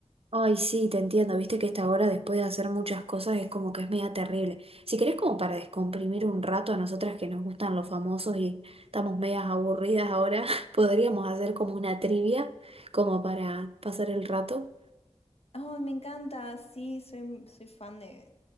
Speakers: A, on the right; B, on the left.
A: Ay, sí, te entiendo, viste que esta hora después de hacer muchas cosas es como que es media terrible. Si querés como para descomprimir un rato a nosotras que nos gustan los famosos y estamos medias aburridas ahora, <laughs> podríamos hacer como una trivia, como para pasar el rato.
B: Ay, me encanta, sí, soy, soy fan de,